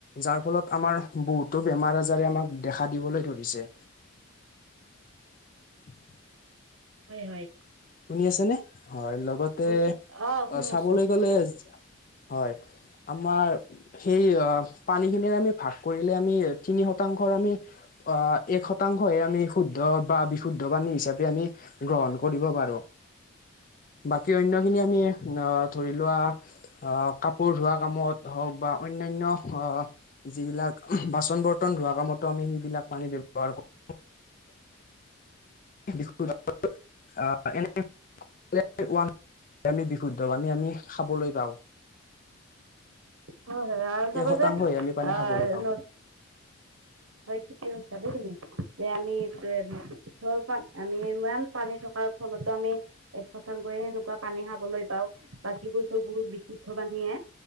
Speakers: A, on the left; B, on the right.
A: যাৰ ফলত আমাৰ বহুতো বেমাৰ-আজাৰে আমাক দেখা দিব কোনে ধৰিছে?
B: <inaudible>
A: <inaudible>
B: হয়-হয়।
A: শুনি আছে নে হয় লগতে
B: ঠিক শুনি
A: অ চাবলৈ
B: আছো
A: গ'লে। হয় আমাৰ সেই পানীখিনিৰে আমি ভাগ কৰিলে আমি তিনি। শতাংশৰ আমি আহ এক শতাংশহে আমি শুদ্ধ বা বিশুদ্ধ পানী হিচাপে আমি গ্ৰহণ কৰিব পাৰো। বাকী অন্যখিনি আমি ধৰি লোৱা অ কাপোৰ ধোৱা কামত হওক। বা অন্যান্য যিবিলাক বাচন বৰ্তন ধোৱা কামতো আমি সেইবিলাক পানী ব্যৱহাৰ কৰোঁ। <unintelligible> আহ এনেই <unintelligible> আমি বিশুদ্ধ পানী আমি খাবলৈ পাওঁ।
B: হয় -হয় আৰু চাবা
A: এক শতাংশহে
B: যে
A: আমি পানী
B: আ'
A: খাবলৈ পাওঁ
B: <unintelligible> ঠিকে কৈছা দেই তুমি যে আমি <unintelligible> আমি ইমান পানী থকাৰ ফলত ফলতো আমি এ শতাংকয়ে সেনেকুৱা পানী খাবলৈ পাও বাকীবোৰতো বহুত বিশুদ্ধ পানীয়ে